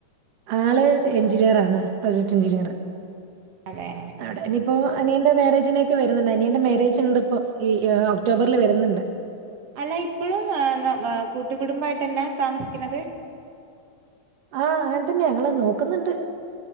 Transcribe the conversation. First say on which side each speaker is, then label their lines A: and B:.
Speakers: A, on the right; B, on the right.
A: ആള് എഞ്ചിനീയറാണ് പ്രൊജക്ട് എഞ്ചിനീയറ്
B: അതേലെ
A: അതെ ഇനിയിപ്പൊ അനിയന്റെ മാരേജിലേക്ക് വര്ന്ന്ണ്ട്. അനിയന്റെ മാരേജ്ണ്ട്പ്പൊ ഈ ഒക്ടോബറ്ൽ വര്ന്ന്ണ്ട്
B: അല്ല ഇപ്പഴും ഏഹ് ന്നാ, വെ കൂട്ടുകുടുംബായിട്ടന്നെ താമസിക്ക്ണത്
A: ആഹ് അങ്ങൻതന്നെ ഞങ്ങള് നോക്ക്ന്ന്ണ്ട്